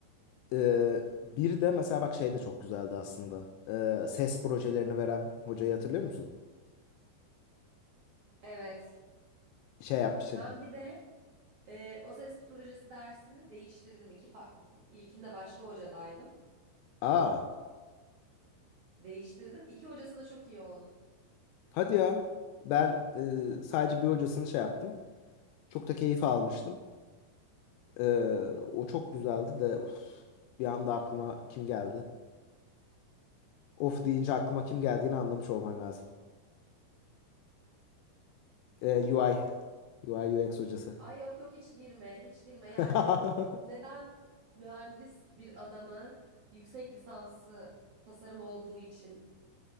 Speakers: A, on the left; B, on the right.
A: Ee, bir de mesela bak şey de çok güzeldi aslında. Ee, ses projelerini veren hocayı hatırlıyor musun?
B: Evet.
A: Şey yapmıştık.
B: Ben bir de e, o ses projesi dersini değiştirdim. İki fa- ilkinde başka hocadaydım.
A: Aa,
B: Değiştirdim. İki hocası da çok iyi onun.
A: hadi ya. Ben e, sadece bir hocasını şey yaptım. Çok da keyif almıştım. E, o çok güzeldi de uf, bir anda aklıma kim geldi? Of deyince aklıma kim geldiğini anlamış olman lazım. E, UI, UI UX hocası.
B: Ay yok yok hiç girme, hiç girme.
A: <laughs>
B: Yani neden mühendis bir adamı yüksek lisansı tasarım olduğu için